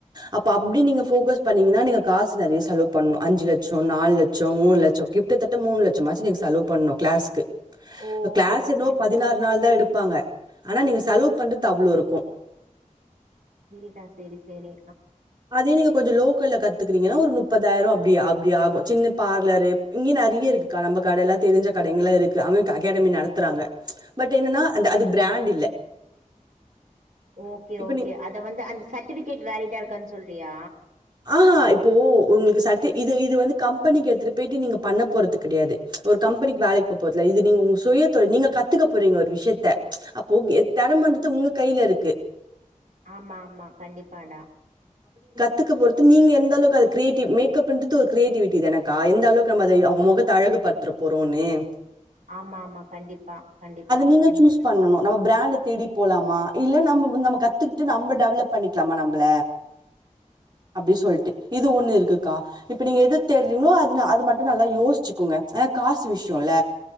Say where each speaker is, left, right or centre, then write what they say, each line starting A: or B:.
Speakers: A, on the right (about 35°); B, on the right (about 75°).
A: அப்ப அப்டி நீங்க போகஸ் பண்ணீங்கன்னா நீங்க காசு நெறயா செலவு பண்ணும் அஞ்சுலட்சம் நாலு லட்சம் மூணுலட்சம் கிட்டத்தட்ட மூணுலட்சம்மாச்சு நீங்க செலவு பண்ணும் கிளாஸுக்கு
B: ஓ ஓகே
A: கிளாஸ்
B: ஓகே
A: என்னவோ பதினாறு நாள் தான் எடுப்பாங்க ஆனா நீங்க செலவு பண்றது அவ்ளோ இருக்கூ
B: செரிடா செரி செரி
A: அதே நீங்க கொஞ்சோ லோக் க்கல கத்துக்கறீங்கன்னா ஒரு முப்பதாயிரோ அப்டி அப்டி ஆகு சின்ன பார்லரு இங்கியு நெறயா இருக்குக்கா நம்ம கடலா தெரிஞ்ச கடைங்களா இருக்கு அவங்க அகாடமி நடத்துறாங்க பட் என்னன்னா அந்த அது பிராண்டு இல்ல
B: ஓகே
A: இப்ப
B: ஓகே
A: நீ
B: அத வந்து அந்த சர்டிபிகேட் வலிட்டா இருக்கனு சொல் றியா
A: ஆஹஹா இப்போ உங்களுக்கு சர்ட் இது இது வந்து கம்பெனிக்கு எடுத்துட்டு போய்ட்டு நீங்க பண்ண போறது கெடையாது ஒரு கம்பெனிக்கு வேலைக்கு போ போறதுல்ல இது நீங்க உங்க சுயதோழி நீங்க கத்துக்க போறீங்க ஒரு விஷயத்த அப்போ தெறமன்றது உங்க கைல இருக்கு
B: ஆமா ஆமா கண்டிப்பாடா
A: த்துக்கு பொறுத்து நீங்க எந்தளவுக்கு கிரேட்வ் மேகப்ன்றது ஒரு கிரியேட்டிவிட்டி த எனக்க எந்தளவுக்கு நம்ம அத அவங்க முகதழகு பத்துற போறோம்ன்னு
B: ஆமா ஆமா கண்டிப்பா கண்டிப்பா
A: நீங்க
B: உம்
A: சூஸ் பண்ணணும் நம்ம பிராண்ட தேடி போலாமா இல்ல நம்ம நம்ம கத்துக்கிட்டு நம்ம டெவலப் பண்ணிக்கலாமா நம்பள அப்டி சொல்ட்டு இது ஒண்ணு இருக்குக்கா இப்ப நீங்க எது தேடுறீங்களோ அது அது மட்டும் நல்லா யோசிச்சுக்கோங்க ஆனா காசு விஷயம்ல்ல